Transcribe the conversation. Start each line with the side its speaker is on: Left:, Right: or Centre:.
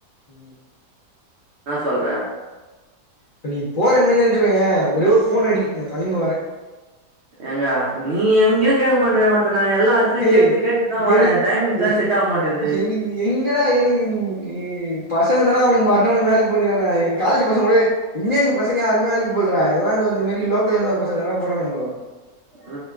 Left: ம்
Right: என்னா சொல்ற
Left: இப்போ நீ போற மாரி நெனச்சுக்கோயெ ஒரே ஒரு போன் அடி நா கெளம்பி வரெ
Right: எங்க நீ எங்கேயு கேக்க மாட்டே நா ஒருத்த எல்லா எடத்துலயு
Left: ஹே
Right: கேட்டு கேட்டுதா வரே
Left: எனக்கு
Right: டைமிங் தா
Left: எ
Right: செட் ஆக மாட்டேன்து
Left: எனக்கு எங்கடா எனக்கு பசங்க தான்டா அவனுக்கு மட்னாகு வேலக்கி போய்னுக்குறான்க எ காலேஜ் பசங் கூட இல்லே எங்பசங்க யாருமெ வேலக்கி போல்றா எல்லா இந்த மாரி லோக்கலந்து வந்த பசங்க தா போறானுங்கோ
Right: அ